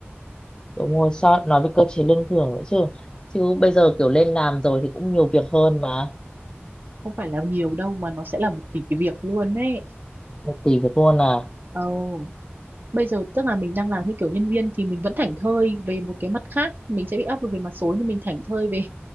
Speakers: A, on the left (about 20°); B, on the right (about 50°).
A: đúng rồi sao nói về cơ chế lương thưởng nữa chứ chứ bây giờ kiểu lên làm rồi thì cũng nhiều việc hơn mà
B: không phải là nhiều đâu mà nó sẽ là một tỷ cái việc luôn đấy
A: một tỷ việc luôn à
B: ồ bây giờ tức là mình đang làm cái kiểu nhân viên thì mình vẫn thảnh thơi về một cái mặt khác mình sẽ bị áp lực về mặt số nhưng mình thảnh thơi về